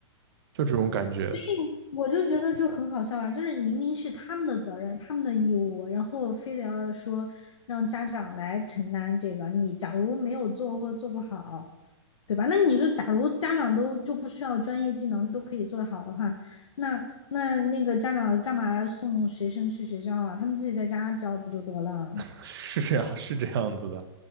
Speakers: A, on the right; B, on the left.
A: 就这种感觉，
B: 所以我就觉得就很好笑啊，就是明明是他们的责任、他们的义务，然后非得要说让家长来承担这个。你假如没有做或做不好，对吧？那你说，假如家长都就不需要专业技能都可以做得好的话，那那那个家长干嘛送学生去学校啊？他们自己在家教不就得了？
A: <laughs> 是这样，是这样子的，